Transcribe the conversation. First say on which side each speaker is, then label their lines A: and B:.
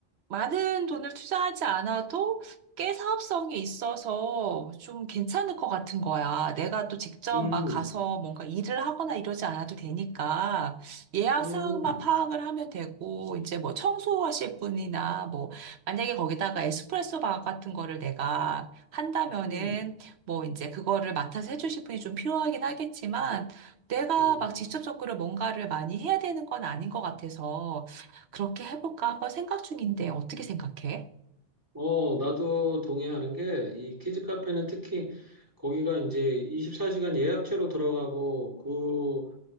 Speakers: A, on the right (about 80°); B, on the right (about 20°).
A: 많은 돈을 투자하지 않아도 꽤 사업성이 있어서 좀 괜찮을 것 같은 거야. 내가 또 직접
B: 음,
A: 막 가서 뭔가 일을 하거나 이러지 않아도 되니까 예약
B: 음,
A: 사항만 파악을 하면 되고 이제 뭐 청소하실 분이나 뭐 만약에 거기다가 에스프레소 바 같은 거를 내가 한다면은
B: 음,
A: 뭐 이제 그거를 맡아서 해주실 분이 좀 필요하긴 하겠지만 내가
B: 음.
A: 막 직접적으로 뭔가를 많이 해야 되는 건 아닌 것 같아서 그렇게 해볼까 한번 생각 중인데 어떻게 생각해?
B: 어, 나도 동의하는 게 이 키즈 카페는 특히 거기가 이제 24시간 예약제로 들어가고 그